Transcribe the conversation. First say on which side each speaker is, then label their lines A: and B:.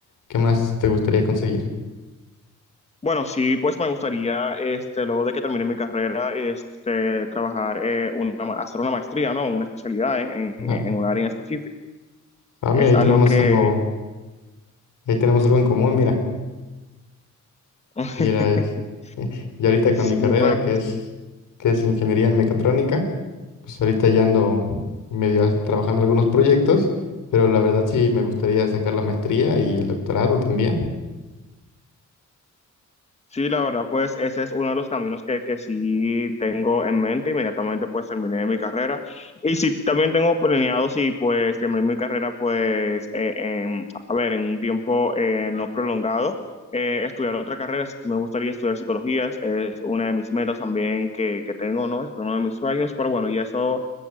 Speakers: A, on the left; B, on the left.
A: ¿qué más te gustaría conseguir?
B: Bueno, sí, pues me gustaría, este, luego de que termine mi carrera, este, trabajar, eh, una, ma- hacer una maestría, ¿no? Una especialidad en, en,
A: Ah,
B: en un área en específico.
A: ah, mira,
B: Es
A: ahí
B: algo
A: tenemos
B: que...
A: algo Ahí tenemos algo en común, mira.
B: <laughs>
A: Y era, eh, y ahorita
B: sí,
A: con mi carrera,
B: pero
A: que
B: pues
A: es,
B: sí.
A: que es ingeniería en mecatrónica, pues ahorita ya ando medio as- trabajando algunos proyectos, pero la verdad sí me gustaría sacar la maestría y el doctorado también.
B: Sí, la verdad, pues ese es uno de los caminos que, que sí tengo en mente. Inmediatamente pues terminé mi carrera. Y sí, también tengo planeado, sí, pues terminé mi carrera pues, eh, en, a ver, en un tiempo eh, no prolongado, eh, estudiar otra carrera. Sí, Me gustaría estudiar psicología, es es una de mis metas también que, que tengo, ¿no? Es uno de mis sueños, pero bueno, y eso